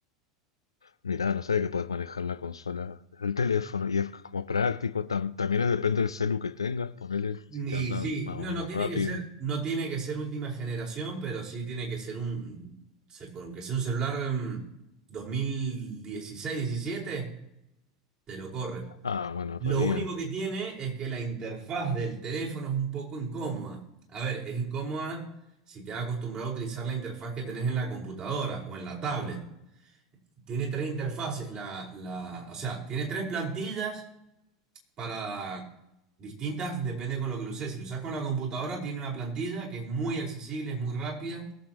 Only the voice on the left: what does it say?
mirá, no sabía que puedes manejar la consola desde el teléfono y es como práctico. tam- también es- depende del celu que tengas, ponele
si te anda
más
o menos
rápido.
Ah, bueno,
re bien.